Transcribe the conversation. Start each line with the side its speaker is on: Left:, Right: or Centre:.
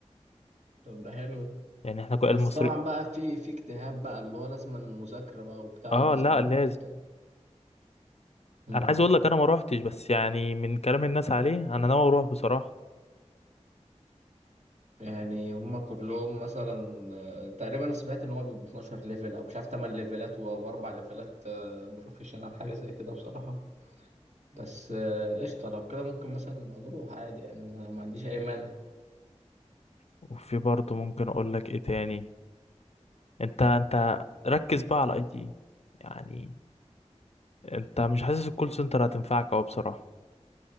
Right: طب ده حلو
Left: يعني احنا كل
Right: بس
Left: المصري
Right: طبعا بقى في في اجتهاد بقى اللي هو لازم مذاكرة بقى وبتاع
Left: اه
Right: ولازم
Left: لا لازم
Right: بتاع. م-
Left: انا عايز
Right: م.
Left: اقول لك انا ما روحتش بس يعني من كلام الناس عليه انا ناوي اروح بصراحة
Right: يعني هم كلهم مثلا آه، تقريبا سمعت ان هو بيبقوا 12 ليفل او مش عارف 8 ليفلات و- واربع ليفلات آه، بروفيشنال حاجة زي كده بصراحة بس آه، قشطة لو كده ممكن مثلا نبقى نروح عادي يعني انا ما عنديش اي مانع
Left: وفي برضه ممكن اقول لك ايه تاني انت انت ركز بقى على الاي تي يعني انت مش حاسس الكول سنتر هتنفعك اوي بصراحة